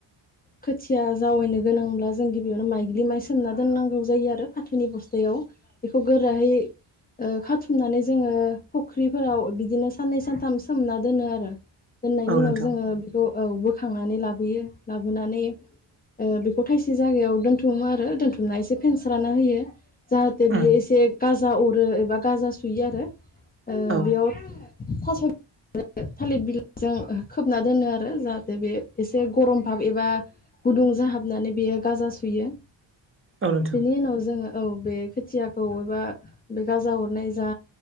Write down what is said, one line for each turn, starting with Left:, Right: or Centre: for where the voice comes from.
Left: खोथिया जावैनो गोनांब्ला जों गिबियावनो माइज्लि माइ सोमना दोननांगौ जायो आरो फाथोनि बस्थायाव खौ गोराहै ओ खाथुमनानै जोङो फुख्रिफोराव बिदिनो साननै सानथाम सोमना दोनो आरो। दोननायनि
Right: औ
Left: उनाव
Right: नोंथां
Left: जोङो बेखौ औ बोखांनानै लाबोयो लाबोनानै ओ बेखौ थाइसे जायगायाव दोनथुमो आरो दोनथुमना एसे फेनस्राना होयो। जाहाथे बियो
Right: उम
Left: एसे गाजा अरो एबा गाजा सुयो आरो ओ
Right: औ
Left: बेयाव थास' थालिर बिलाइजों खोबना दोनो आरो जाहाथे बे एसे गरम ह एबा गुदुं दुं जाहाबनानै बेयो गाजा सुयो।
Right: औ नोंथां
Left: बेनि उनाव जोङो औ बे खोथियाखौ एबा बे गाजा हरनाय जा